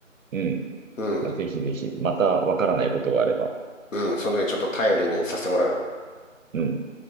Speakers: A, on the right (about 75°); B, on the left (about 70°).
A: うん。
B: うん、
A: まあ、ぜひぜひ、またわからないことがあれば。
B: うん、その時ちょっと頼りにさせてもらうよ。
A: うん。